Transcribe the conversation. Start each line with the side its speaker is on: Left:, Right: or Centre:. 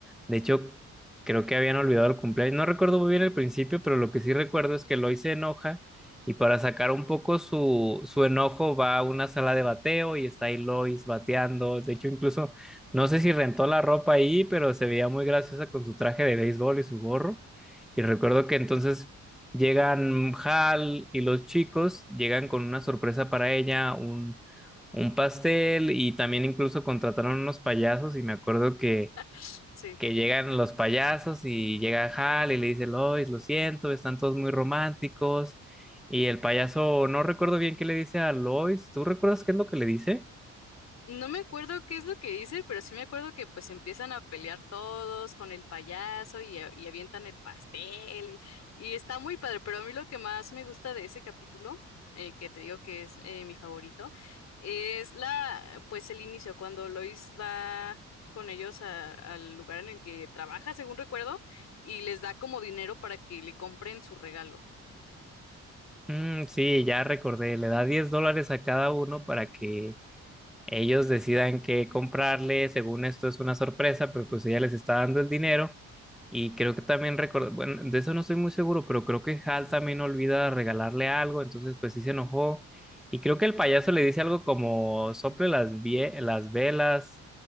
Centre: De hecho, creo que habían olvidado el cumpleaños. No recuerdo muy bien el principio, pero lo que sí recuerdo es que Lois se enoja y para sacar un poco su, su enojo va a una sala de bateo y está ahí Lois bateando. De hecho, incluso... No sé si rentó la ropa ahí, pero se veía muy graciosa con su traje de béisbol y su gorro. Y recuerdo que entonces llegan Hal y los chicos, llegan con una sorpresa para ella, un, un pastel y también incluso contrataron unos payasos y me acuerdo que,
Left: <tsk> Sí.
Centre: que llegan los payasos y llega Hal y le dice, Lois, lo siento, están todos muy románticos. Y el payaso, no recuerdo bien qué le dice a Lois, ¿tú recuerdas qué es lo que le dice?
Left: No me acuerdo qué es lo que dice, pero sí me acuerdo que pues empiezan a pelear todos con el payaso y, a- y avientan el pastel y, y está muy padre, pero a mí lo que más me gusta de ese capítulo, eh, que te digo que es eh, mi favorito, es la pues el inicio, cuando Lois va con ellos a- al lugar en el que trabaja, según recuerdo, y les da como dinero para que le compren su regalo.
Centre: Mm, sí, ya recordé, le da 10 dólares a cada uno para que ellos decidan qué comprarle. Según esto es una sorpresa, pero pues ella les está dando el dinero. Y creo que también recordé, bueno, de eso no estoy muy seguro, pero creo que Hal también olvida regalarle algo, entonces pues sí se enojó. Y creo que el payaso le dice algo como sople las, vie- las velas,